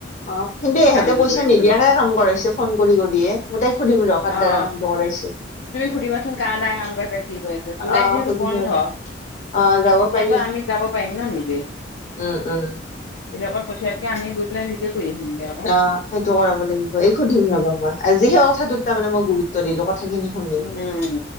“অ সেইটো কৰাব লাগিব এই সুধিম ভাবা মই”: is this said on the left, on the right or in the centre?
Left